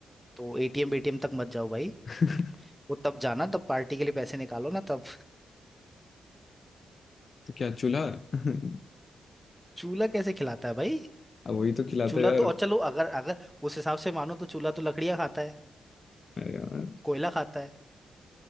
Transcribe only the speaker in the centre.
तो एटीएम बीटीएम तक मत जाओ भाई
वो तब जाना तब पार्टी के लिए पैसे निकालो ना तब
<laughs> चूल्हा कैसे खिलाता है भाई
चूल्हा
तो और चलो अगर अगर उस हिसाब से मानो तो चूल्हा तो लकड़ियाँ खाता है
कोयला खाता है